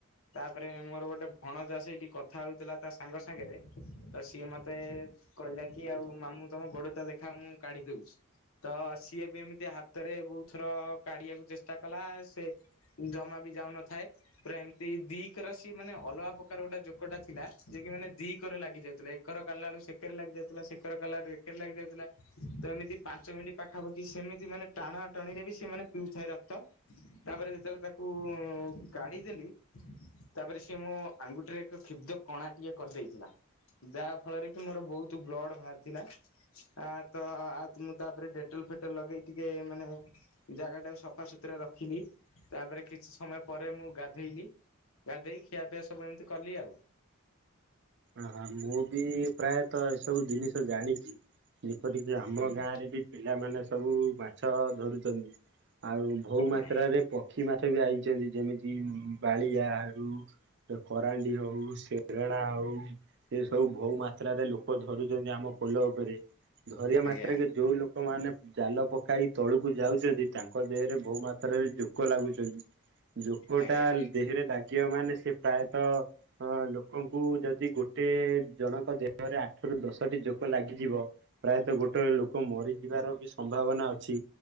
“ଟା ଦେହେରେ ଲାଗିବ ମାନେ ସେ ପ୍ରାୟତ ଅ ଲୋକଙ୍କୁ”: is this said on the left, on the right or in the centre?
Right